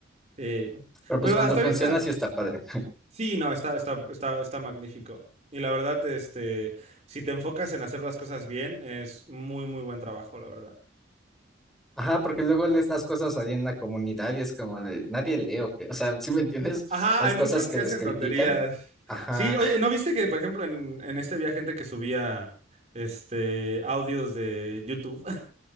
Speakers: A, on the right; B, in the centre.
A: Eh,
B: Pero pues
A: pero
B: cuando
A: hasta
B: funciona
A: ahorita,
B: sí está padre.
A: sí, no, está, está, está, está magnífico. Y la verdad, este, si te enfocas en hacer las cosas bien, es muy, muy buen trabajo, la verdad.
B: Ajá, porque luego lees las cosas ahí en la comunidad y es como de, nadie lee o qué, o sea, si me entiendes?
A: Ajá,
B: Las
A: hay
B: cosas
A: muchos
B: que
A: que
B: les
A: hacen
B: critican.
A: tonterías.
B: Ajá,
A: Sí, oye, ¿no viste que, por ejemplo, en, en este había gente que subía, este, audios de YouTube?